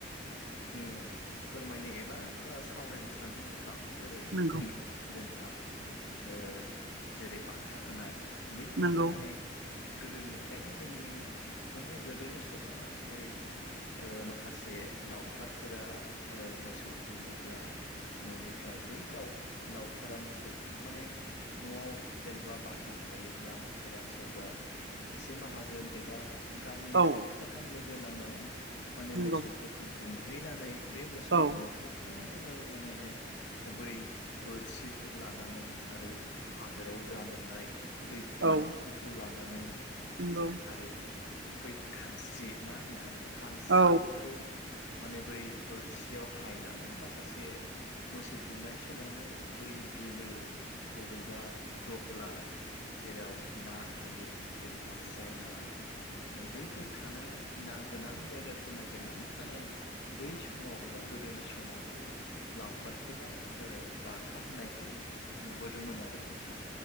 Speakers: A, on the left; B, on the right.
A: नो फोरमायनो एबा ओ सावरायनो सानदों नोंथां जेरै
B: नंगौ
A: जोंहा ओ जेरै बाथा होनाय बैफोरबो
B: नंगौ
A: माने गोदोनिफ्रायनो ज जोंनि माने गोदोनि समाव जेरै ओ माखासे लावखारफोरा मोसौ गुमोब्ला न'निफ्राय बै लाव लावखारा मोसौखौ माने न'आव जेनेबा बाथान थायोब्ला एबा सोरबा एसे माहाजोन एबा गामिनि
B: औ
A: सानै साथाम लोगो नांनानै माने
B: नंगौ
A: मोसौफोरखौ गुमहैनानै बे मोसौ
B: औ
A: गुंमथ' थ' नो माने बै बोरसिफोर लानानै आरो हाग्रायाव जा मोनो नाय बै गुमाफोरखौ
B: औ
A: लानानै
B: नंगौ
A: आरो बै खानस्रि ना नोंथां खानस्रिफोरखौ
B: औ
A: माने बै बोरसियाव हायनानै माखासे मोसौ गुमनाय समावनो बै बिलो बबेबा दहला जेराव ना थायो जेरै नास्राय ना नै बैफोर थानाय ना गोनां जायगा खौ नायगिरनानै माने बै समाव एबा गोदोनि समाव बै लावखारफोरा। ओ बाथा होनायखौ नुबोदोंमोन आरो नोंथां।